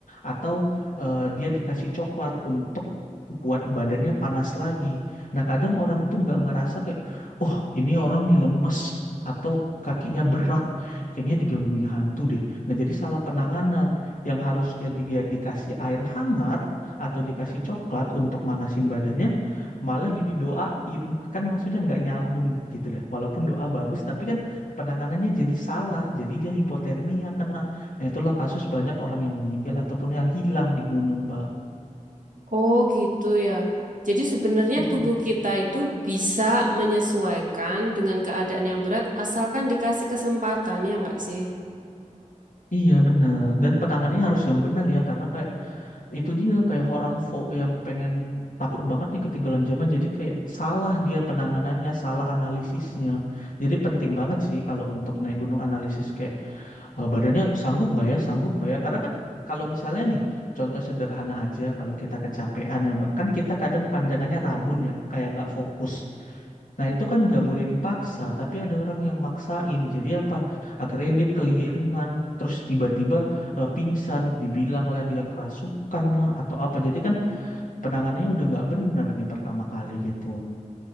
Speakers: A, on the left; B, on the right.
A: atau eh, dia dikasih coklat untuk buat badannya panas lagi nah kadang orang tuh nggak ngerasa kayak oh ini orang nih lemes atau kakinya berat kayaknya digangguin hantu deh nah jadi salah penanganan yang harusnya dia dikasih air hangat atau dikasih coklat untuk manasin badannya, malah didoain. Kan maksudnya nggak nyambung gitu lah Walaupun doa bagus, tapi kan penanganannya jadi salah. Jadi dia hipotermia kena. Nah, itulah kasus banyak orang yang meninggal ataupun yang hilang di gunung, Mbak.
B: oh gitu ya. Jadi sebenarnya
A: Mm-mm.
B: tubuh kita itu bisa menyesuaikan dengan keadaan yang berat asalkan dikasih kesempatan, ya nggak sih?
A: Iya benar dan penanganannya harus yang benar ya karena kayak itu dia kayak orang fo yang pengen takut banget nih ketinggalan zaman jadi kayak salah dia penanganannya salah analisisnya jadi penting banget sih kalau untuk naik gunung analisis kayak eh, badannya sanggup nggak ya, sanggup nggak ya? Karena kan kalau misalnya nih, contoh sederhana aja, kalau kita kecapean ya Mbak, kan kita kadang pandangannya rabun ya, kayak nggak fokus. Nah itu kan nggak boleh dipaksa, tapi ada orang yang maksain. Jadi apa? Akhirnya dia keliengan, terus tiba-tiba eh, pingsan, dibilanglah dia kerasukan lah atau apa. Jadi kan penanganannya udah nggak bener nih pertama kali gitu.